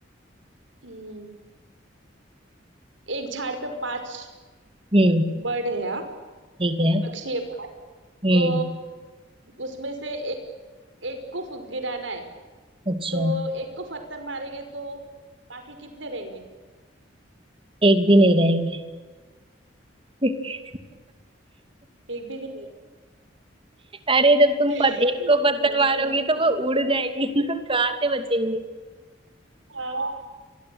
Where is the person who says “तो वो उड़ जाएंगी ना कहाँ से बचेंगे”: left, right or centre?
Right